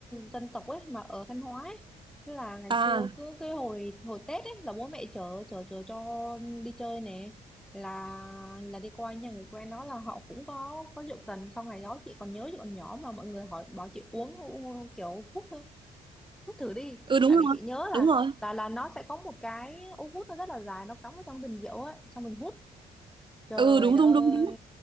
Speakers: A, in the centre; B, on the right.
A: dân tộc ấy mà ở Thanh Hóa ấy. Thế là ngày
B: à
A: xưa cứ cái hồi hồi Tết ấy là bố mẹ chở chở chở cho đi chơi nè là là đi qua nhà người quen đó là họ cũng có có rượu cần sau ngày đó chị còn nhớ chị còn nhỏ mà mọi người hỏi bảo chị uống u- kiểu hút thử, hút thử đi
B: ừ đúng
A: tại
B: rồi
A: vì chị nhớ là
B: đúng rồi
A: là là nó sẽ có một cái ống hút nó rất là dài nó cắm vào trong bình rượu ấy xong mình hút trời
B: ừ đúng
A: đất
B: đúng
A: ơi
B: đúng đúng